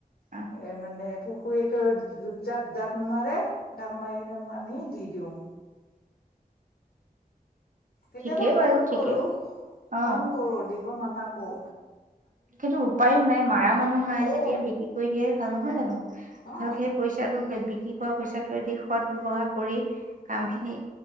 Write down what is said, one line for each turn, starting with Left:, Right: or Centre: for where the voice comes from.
Right: অ
Left: এ মানে পুখুৰীটো জপ জাপ দাপ মাৰে ডাপ মাৰিলে আমি দি দিওঁ কেতিয়াবা
Right: ঠিকেই
Left: খং
Right: বাৰু ঠিকেই
Left: কৰো
Right: অ
Left: খং কৰো দিব মানাকো
Right: সেইন্তটো উপায়ও নাই মাৰ মানুহ নাই
Left: অ
Right: যেতিয়া বিক্ৰী কৰি দিয়াই ভাল নহয় জানো
Left: অ
Right: ধৰক সেই পইচা আৰু বে কি খোৱা পইচাটোেদি সদ ব্য্ৱহাৰ কৰি কাম খিনি